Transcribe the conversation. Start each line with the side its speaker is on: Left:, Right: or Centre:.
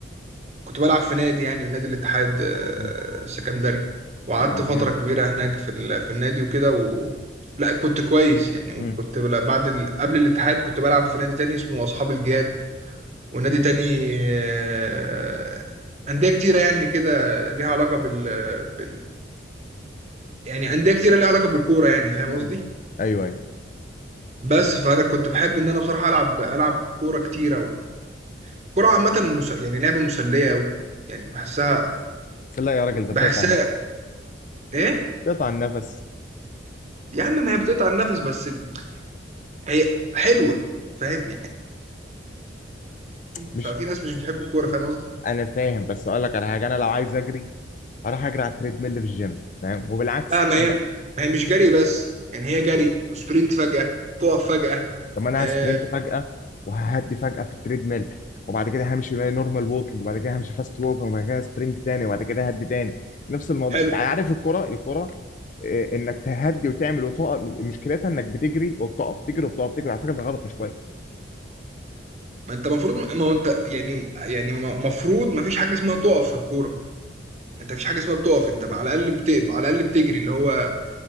Right: كنت بلعب في نادي يعني نادي الاتحاد آه،
Left: مم.
Right: السكندري وقعدت
Left: آه،
Right: فترة
Left: جامد
Right: كبيرة هناك في ال... في النادي وكده و... لا كنت كويس يعني وكنت
Left: مم.
Right: بل- بعد ال... قبل الاتحاد كنت بلعب في نادي تاني اسمه أصحاب الجياد ونادي تاني آه، أندية كتيرة يعني كده ليها علاقة بال... بال... يعني أندية كتيرة ليها علاقة بالكورة يعني فاهم
Left: مم.
Right: قصدي؟
Left: ايوه ايوه
Right: بس فأنا كنت بحب إن أنا بصراحة ألعب ألعب كورة كتيرة و... كورة عامة مس... يعني لعبة مسلية أوي يعني بحسها
Left: لا يا راجل ده
Right: بحسها
Left: بتقطع النفس
Right: إيه؟
Left: بتقطع النفس
Right: يا عم ما هي بتقطع النفس بس ب- هي حلوة فاهم يعني
Left: مش
Right: ففي ناس مش بتحب الكورة فاهم قصدي؟
Left: انا فاهم بس اقول لك على حاجه انا لو عايز اجري اروح اجري على التريد ميل في الجيم فاهم وبالعكس
Right: لا ما هي
Left: إنك-
Right: ما هي مش جري بس يعني هي جري وسبرنت فجأة تقف فجأة
Left: طب ما انا
Right: آه
Left: هسبرنت فجاه وههدي فجاه في التريد ميل وبعد كده همشي نورمال ووكينج وبعد كده همشي فاست ووكينج وبعد كده سبرنت تاني وبعد كده هدي تاني نفس الموضوع
Right: حلو
Left: انت عارف الكره الكره إيه، انك تهدي وتعمل وتقف مشكلتها انك بتجري وبتقف تجري وبتقف تجري على فكره ده غلط مش كويس
Right: ما انت المفروض ما هو انت يعني يعني المفروض ما فيش حاجه اسمها تقف في الكوره انت ما فيش حاجه اسمها بتقف انت على الاقل بت... على الاقل بتجري اللي هو